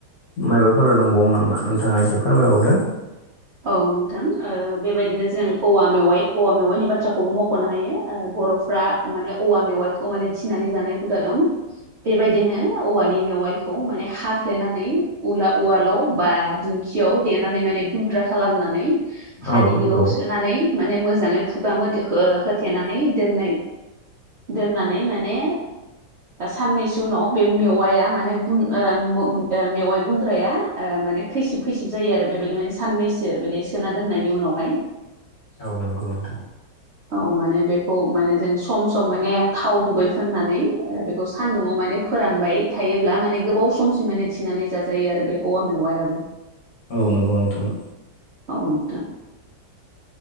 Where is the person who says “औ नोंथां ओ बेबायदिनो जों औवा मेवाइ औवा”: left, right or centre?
Right